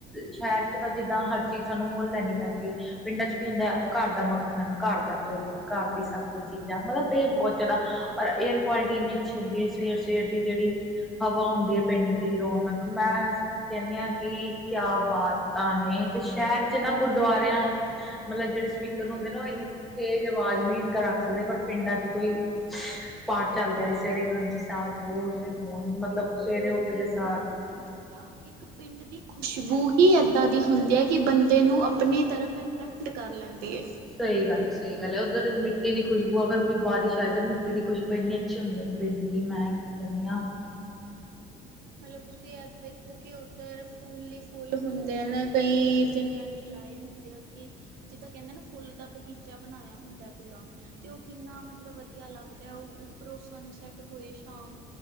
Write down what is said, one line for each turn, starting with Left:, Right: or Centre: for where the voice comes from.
Centre: ਸ਼ਹਿਰ ਚੱ ਤਾਂ ਜਿੱਦਾਂ ਹਰ ਚੀਜ਼ ਸਾਨੂੰ ਮੁੱਲ ਲੈਣੀ ਪੈਂਦੀ ਹੈ ਪਿੰਡਾਂ ਚ ਕੀ ਹੁੰਦਾ ਘਰ ਦਾ ਮੱਖਣ ਘਰ ਦਾ ਦੁੱਧ ਘਰ ਦੀ ਸਭ ਕੁੱਛ ਚੀਜ਼ਾਂ ਮੱਤਲਬ ਇਹ ਬਹੁੱਤ ਜ਼ਿਆਦਾ ਔਰ ਏਅਰ ਕੁਆਲਿਟੀ ਇੰਨੀ ਅੱਛੀ ਹੁੰਦੀ ਹੈ ਸਵੇਰ ਸਵੇਰ ਦੀ ਜਿਹੜੀ ਹਵਾ ਹੁੰਦੀ ਹੈ ਪਿੰਡ ਦੀ ਰੌਣਕ ਮੈਂ ਕਹਿੰਦੀ ਹਾਂ ਕਿ ਕਿਆ ਬਾਤ ਨੇ ਤੇ ਸ਼ਹਿਰ
Right: ਉਹ
Centre: ਚ ਨਾ ਗੁਰਦੁਆਰਿਆਂ ਮੱਤਲਬ ਜਿਹੜੇ ਸਪੀਕਰ ਹੁੰਦੇ ਨਾ ਉਹ ਇੰਨੀ ਤੇਜ਼ ਆਵਾਜ਼ ਨਹੀਂ ਰੱਖ ਸਕਦੇ ਪਰ ਪਿੰਡਾਂ ਚ ਕੋਈ ਪਾਠ ਚੱਲ ਰਿਹਾ ਹੈ ਸਵੇਰੇ ਗ੍ਰੰਥੀ ਸਾਹਿਬ ਬੋਲ ਰਹੇ ਹੋਣ ਮੱਤਲਬ ਸਵੇਰੇ ਉੱਠਦੇ ਸਾਰ
Right: ਜਾ ਇੱਕ <unintelligible> ਪਿੰਡ ਦੀ ਖੁਸ਼ਬੂ ਹੀ ਇਦਾਂ ਦੀ ਹੁੰਦੀ ਹੈ ਕਿ ਬੰਦੇ ਨੂੰ ਆਪਣੀ ਤਰਫ <unintelligible> ਕਰ ਲੈਂਦੀ ਹੈ
Centre: ਸਹੀ ਗੱਲ ਹੈ ਸਹੀ ਗੱਲ ਉੱਧਰ ਮਿੱਟੀ ਦੀ ਖੁਸ਼ਬੂ ਅਗਰ ਬਾਰਿਸ਼ ਆਏ ਤਾਂ ਮਿੱਟੀ ਦੀ ਖੁਸ਼ਬੂ ਇੰਨੀ ਅੱਛੀ ਹੁੰਦੀ ਨਾ ਪਿੰਡ ਦੀ ਮੈਂ ਕੀ ਕਹਿੰਦੀ ਆਂ
Right: ਮੱਤਲਬ ਤੁਸੀਂ ਇਹ ਦੇਖੋ ਕਿ ਫਿਰ ਫੁੱਲ ਹੀ ਫੁੱਲ ਹੁੰਦੇ ਨੇ, ਕਈ ਜਨਿਆਂ ਨੇ ਲਾਏ ਹੁੰਦੇ ਆ ਕਿ। ਜਿੱਦਾਂ ਕਹਿੰਦੇ ਨਾ, ਫੁੱਲ ਦਾ ਬਗੀਚਾ ਬਣਾਇਆ ਹੁੰਦਾ ਪੂਰਾ, ਤੇ ਉਹ ਕਿੰਨਾ ਮਤਲਬ ਵਧੀਆ ਲੱਗਦਾ। ਅਤੇ ਉੱਪਰੋਂ ਸਨਸੈੱਟ ਹੋਏ ਸ਼ਾਮ